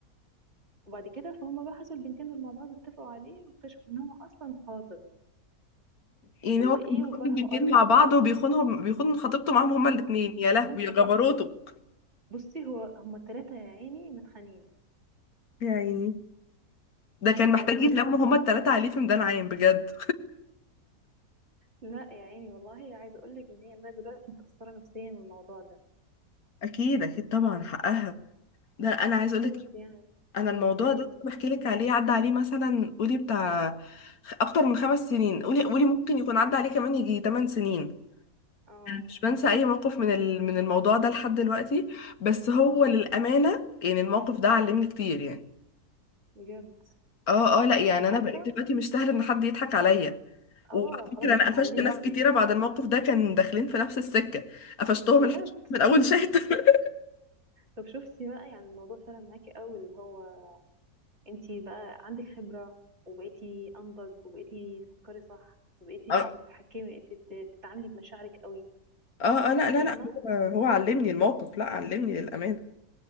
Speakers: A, on the right (about 45°); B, on the left (about 70°).
A: وبعد كده فهم بقى حصل البنتين دول مع بعض اتفقوا عليه واكتشفوا ان هو اصلا خاطب
B: يعني
A: وايه
B: هو كان بيخون
A: وفرحه
B: البنتين
A: قرب
B: مع بعض وبيخونهم بيخون خطيبته معاهم هما الاتنين
A: بيخ-
B: يا
A: بيخون
B: لهوي
A: خطيبته
B: يا جبروته
A: بصي هو هما التلاتة يا عيني متخانقين
B: <laughs> يا عيني ده كان محتاج
A: عايزه اقول
B: يتلموا
A: لك
B: هما التلاتة عليه في ميدان عام بجد
A: لا يا عيني والله عايزه اقول لك ان هي لغايه دلوقتي متاثره نفسيا من الموضوع ده
B: اكيد اكيد طبعا حقها ده انا عايز
A: بجد
B: اقول لك
A: يعني
B: انا الموضوع
A: امم
B: ده بحكي لك عليه عدى عليه مثلا قولي بتاع خ- اكتر من خمس سنين قولي قولي ممكن يكون عدى عليه كمان يجي 8 سنين
A: اه
B: مش بنسى اي موقف من ال- من الموضوع ده لحد دلوقتي بس هو للامانه يعني الموقف ده علمني كتير يعني
A: بجد
B: اه اه لا يعني انا
A: عارفه
B: بقيت دلوقتي مش سهل ان حد يضحك عليا
A: اه
B: وعلى
A: خلاص
B: فكره انا
A: اتعلمتي
B: قفشت ناس كتيره بعد الموقف ده كان داخلين في نفس السكه قفشتهم
A: بجد
B: الحش من اول شات <laughs>
A: طب شفتي بقى يعني الموضوع فرق معاكي قوي اللي هو انتي بقى عندك خبرة وبقيتي انضج وبقيتي تفكري صح وبقيتيش
B: اه
A: تتحكمي تت- تتعاملي بمشاعرك قوي
B: اه آه، لا لا
A: فاهمة
B: لا هو هو علمني الموقف لا علمني للامانه